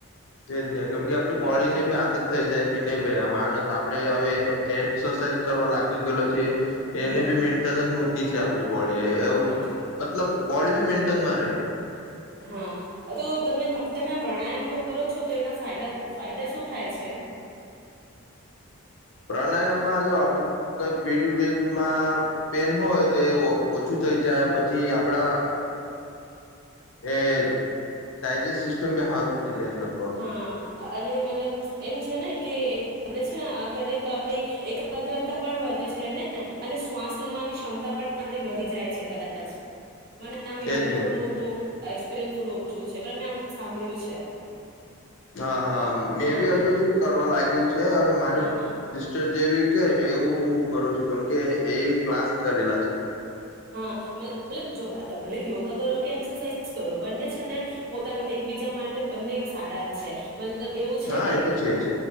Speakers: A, on the left; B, on the right.
A: તેજ નહી કેમ કે આપડી
B: હા
A: બોડી ની ભી આદત થઈ જાય કે નહી ભાઈ આ મા. આપડે હવે. એક્સરસાઇઝ કરવા લાગી ગયેલો છે. એને
B: હા
A: બી મેન્ટન જ મુક છે આપડ બોડી એવું
B: હા
A: મતલબ બોડી બી મેન્ટેનમાં રહે.
B: હા તો તમે તમે આ પ્રાણાયામ કરો છો તો એના ફાયદા ફાયદા શું થાય છે?
A: પ્રાણાયામ માં જો આપડે કઈ પી પેન હોય તો એ ઓછું થઈ જાય પ કે આપણા એ ડાયજેસ્ટ સિસ્ટમ બી સારું થઈ. જાય લગભગ
B: હા અને મતલબ એમ છે ને કે આપણે છે ને આ કરીએ તો આપણી એકાગ્રતા પણ વધે છે ને અને શ્વાસ લેવાની ક્ષમતા પણ આપણી વધી જાય છે કદાચ. મને આમ યોગનું
A: એજ ને
B: થોડું એક્સપિરિયન્સ થોડું ઓછું છે પણ મે આમ સાંભળ્યું છે
A: હા. હા મે
B: હા
A: બી હજુ હજુ કરવા લાગ્યું છે હવે માર
B: હા
A: સિસ્ટર જેવી કે એવું હ કરું છું કેમ કે એ ક્લાસ કરેલા છે.
B: હાલ જો ભલે યોગા કરો કે એક્સરસાઇઝ કરો બંને છે ને પોતાના એકબીજા માટે બંને સારા જ છે મતલબ મ એવું છે
A: હા
B: કે
A: એ તો છે જ